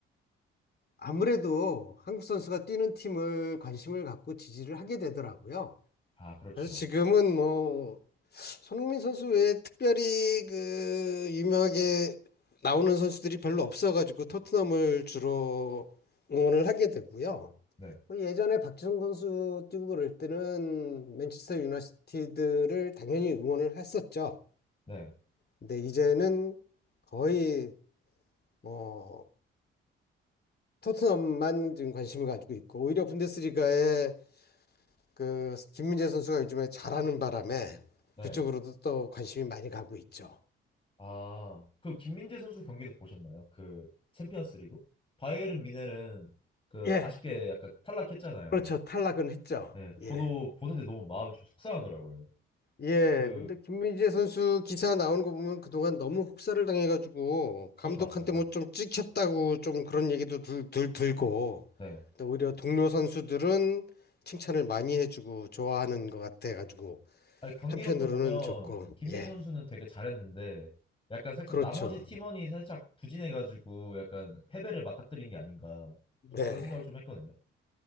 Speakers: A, on the left; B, on the left.
A: 아무래도 한국 선수가 뛰는 팀을 관심을 갖고 지지를 하게 되더라고요.
B: 아, 그렇죠.
A: 그래서 지금은 뭐 손흥민 선수 외에 특별히 그 유명하게 나오는 선수들이 별로 없어가지고 토트넘을 주로 응원을 하게 되고요.
B: 네,
A: 뭐 예전에 박지성 선수 뛰고 그럴 때는 맨체스터 유나이티드를 당연히 응원을 했었죠.
B: 네,
A: 근데 이제는 거의 뭐 토트넘만 지금 관심을 가지고 있고 오히려 분데스리가에 그 김민재 선수가 요즘에 잘하는 바람에
B: 네.
A: 그쪽으로도 또 관심이 많이 가고 있죠.
B: 아, 그 김민재 선수 경기도 보셨나요? 그 챔피언스 리그? 바이에른 미넨은 그
A: 예.
B: 아쉽게 약간 탈락했잖아요.
A: 그렇죠. 탈락은 했죠.
B: 네, 저도
A: 예.
B: 보는데 너무 마음이 좀 속상하더라고요.
A: 예.
B: 그,
A: 근데 김민재 선수 기사 나오는 거 보면 그동안 너무 혹사를 당해가지고 감독한테
B: 그것도 맞습니다.
A: 뭐 좀 찍혔다고 좀 그런 얘기도 들, 들, 들고
B: 네.
A: 또 오히려 동료 선수들은 칭찬을 많이 해주고 좋아하는 것 같아가지고
B: 아니, 경기력도
A: 한편으로는
B: 보면
A: 좋고
B: 김민재
A: 예.
B: 선수는 되게 잘했는데 약간 살짝
A: 그렇죠.
B: 나머지 팀원이 살짝 부진해가지고 약간 패배를 맞닥뜨린 게 아닌가
A: 네.
B: 좀 그런 생각을 좀 했거든요.